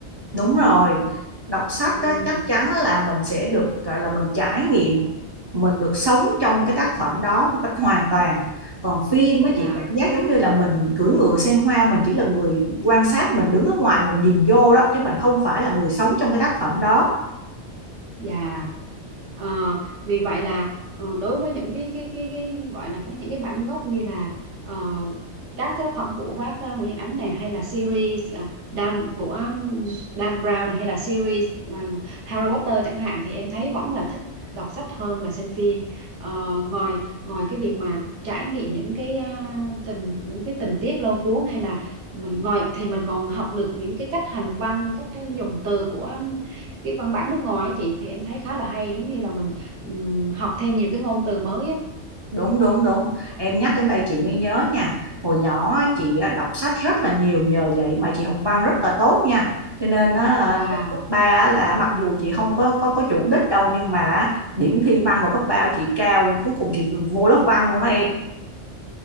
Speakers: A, on the right; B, on the right.
A: Đúng rồi, đọc sách
B: Ừ.
A: đó, chắc chắn là mình sẽ được gọi là mình trải nghiệm, mình được sống trong cái tác phẩm đó một cách hoàn toàn. Còn phim mới
B: dạ
A: chỉ cảm giác giống như là mình cưỡi ngựa xem hoa, mình chỉ là người quan sát, mình đứng ở ngoài mình nhìn vô đó chứ mình không phải là người sống trong cái tác phẩm đó.
B: dạ Ờ, vì vậy là ờ, đối với những cái cái cái, cái gọi là cái những cái bản gốc như là ờ, các tác phẩm của bác ờ, Nguyễn Nhật Ánh này hay là series ờ, Dan của um, Dan Brown này, hay là series ờ, Harry Potter chẳng hạn thì em thấy vẫn là thích đọc sách hơn là xem phim Ờ, ngoài ngoài cái việc mà trải nghiệm những cái à, tình những cái tình tiết lôi cuốn hay là mình ngồi thì mình còn học được những cái cách hành văn cách dùng từ của cái văn bản nước ngoài ấy chị thì em thấy khá là hay giống như là mình ừm, học thêm nhiều cái ngôn từ mới á
A: đúng đúng đúng em nhắc đến đây chị mới nhớ nha hồi nhỏ á, chị đọc sách rất là nhiều nhờ vậy mà chị học văn rất là tốt nha cho nên á, là
B: wow
A: lên cấp 3 là mặc dù chị không có có có chủ đích đâu nhưng mà điểm thi văn vào cấp 3 của chị cao rồi cuối cùng chị vô lớp văn luôn đó em